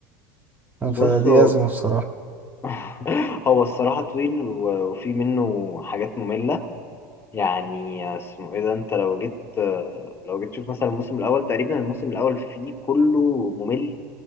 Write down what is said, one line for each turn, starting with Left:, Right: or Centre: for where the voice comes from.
Left: بصوا
Right: فدي ازمه بصراحه
Left: <laughs> هو الصراحة طويل و- وفي منه حاجات مملة يعني اسمه ايه ده انت لو جيت لو جيت تشوف مثلا الموسم الأول تقريبا الموسم الأول فيه كله ممل